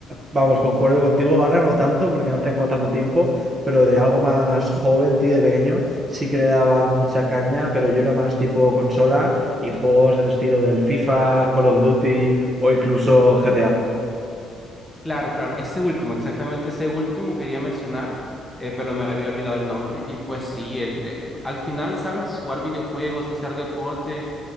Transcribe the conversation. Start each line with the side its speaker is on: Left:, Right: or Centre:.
Right: vamos, concuerdo contigo, ahora no tanto porque no tengo tanto tiempo, pero de algo más joven, tío, de pequeño, sí que le daba mucha caña, pero yo era más tipo consola y juegos del estilo del FIFA, Call of Duty o incluso GTA.
Centre: Claro, claro, ese último, exactamente ese último quería mencionar, eh, pero me había olvidado el nombre. Y pues sí, el, eh, al final, ¿sabes? Jugar videojuegos, hacer deporte,